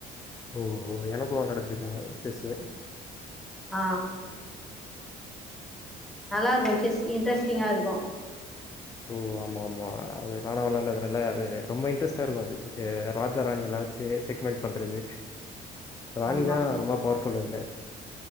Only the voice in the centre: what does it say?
அ நல்லா இருக்கு செஸ் இன்ட்ரெஸ்டிங்கா இருக்கு
ஆமா